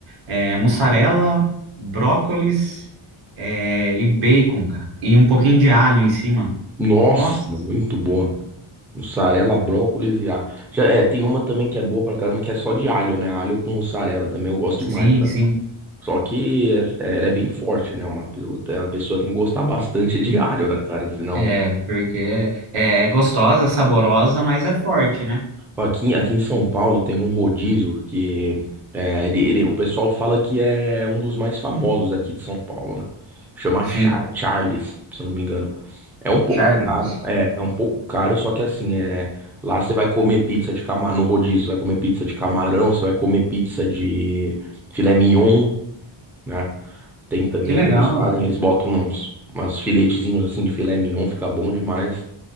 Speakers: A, on the right; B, in the centre.
A: é mussarela, brócolis é, e bacon, cara. E um pouquinho de alho em cima.
B: Nossa,
A: Nossa,
B: muito boa, cara. Mussarela, brócolis e alho. Já, é, tem uma também que é boa pra caramba, que é só de alho, né? Alho com mussarela também eu gosto demais,
A: sim,
B: cara.
A: sim.
B: Só que é- é- ela é bem forte, né? Uma, pe- a pessoa tem que gostar bastante de alho, né, cara? Senão.
A: É, porque é, é gostosa, saborosa, mas é forte, né?
B: Aqui, aqui em São Paulo tem um rodízio que é, ele- ele- o pessoal fala que é um dos mais famosos aqui de São Paulo, né? Chama
A: Sim,
B: Char Charles, se eu não me engano. É um pouco
A: Charles.
B: caro, é, é um pouco caro, só que assim, é, lá você vai comer pizza de camarão, no rodízio, você vai comer pizza de camarão, você vai comer pizza de filé mignon, né? Tem também
A: Que legal.
B: que eles fazem, eles botam uns, umas filetezinhos assim de filé mignon, fica bom demais.